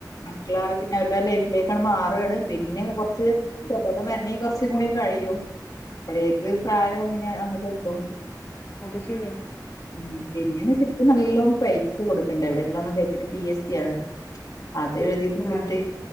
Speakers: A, on the left; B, on the left.
A: മക്കള് പിന്നെ അവരുടെ ലൈഫിലേക്കാണ് മാറുകയാണ് പിന്നെ കുറച്ച് സുബോധം വരണെങ്ക കുറച്ച് കൂടി കഴിയും അപ്പോഴേക്ക് പ്രായം അങ്ങനെയ അങ്ങോട്ട് എത്തും.
B: അത് ശരിയാ
A: ഉം പിന്നെ ഇപ്പൊ നല്ലോണം പൈസ കൊടുക്കേണ്ട എവിടെങ്കിലും ഒന്നും കെ പി എസ് സി ആണ്. അത് എഴുതിയിട്ടും
B: ഉം,
A: കിട്ടി
B: അതെ